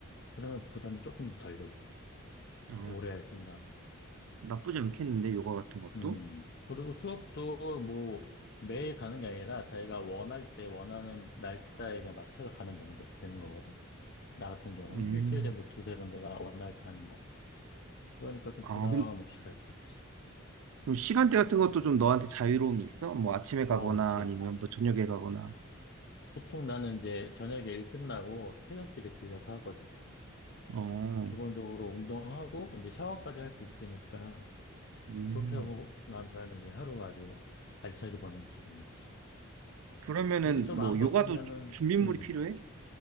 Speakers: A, on the left; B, on the right.
A: 그러면 부담이 조금 덜 되지.
B: 아,
A: 오래 할 생각은.
B: 나쁘지 않겠는데, 요가 같은 것도?
A: 음. 그리고 수업도 뭐 매일 가는 게 아니라 자기가 원할 때 원하는 날짜에 그냥 맞춰서 가면 되는 거, 되는 거거든. 나 같은 경우는
B: 음.
A: 일주일에 뭐 두세 번 내가 원할 때 하는 거. 그러니까 좀
B: 아,
A: 부담
B: 그럼,
A: 없이 갈 수 있지.
B: 그럼 시간대 같은 것도 좀 너한테 자유로움이 있어? 뭐 아침에 가거나
A: 어, 그렇지.
B: 아니면 뭐 저녁에 가거나.
A: 보통 나는 이제 저녁에 일 끝나고 퇴근길에 들려서 하거든.
B: 어,
A: 기본적으로 운동하고 이제 샤워까지 할 수 있으니까
B: 음.
A: 그렇게 하고 나면 이제 하루가 아주 알차게 보낸 기분이지.
B: 그러면은
A: 일이 좀
B: 뭐
A: 안
B: 요가도
A: 바쁘면은
B: 준비물이
A: 음,
B: 필요해?